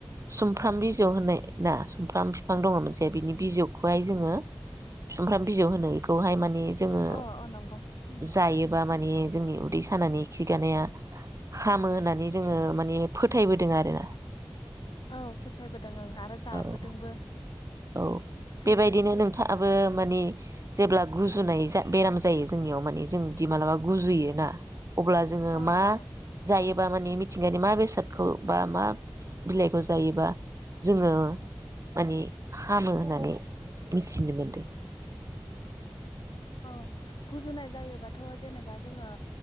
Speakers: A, on the right (about 40°); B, on the left (about 65°).
A: सुमफ्राम बिजौ होननाय ना सुमफ्राम बिफां दङ मोनसे बिनि बिजौ खौहाय जोङो सुमफ्राम बिजौ होनो इ खौहाय माने जोङो
B: अ अ नंगौ नंगौ
A: जायोबा माने जोंनि उदै सानानै खिगानाया हामो होननानै जोङो माने फोथायबोदों आरो।
B: औ फोथायबोदों ओं आरो जाबोदोंबो
A: औ औ
B: सै
A: बेबायदिनो नोंथाङा आबो ओ मानि जेब्ला गुजुनाय जा बेराम जायो जोंनियाव माने जों बि मालाबा गुजुयोना अब्ला जोङो
B: औ
A: मा
B: नंगौ
A: जायो बा मानि मिथिंगानि मा बेसादखौ बा मा बिलाइखौ जायोबा जोङो माने हामो होननानै मिथिनो मोनदो?
B: अ गुजुनाय जायोबाथ' जेनेबा जोङो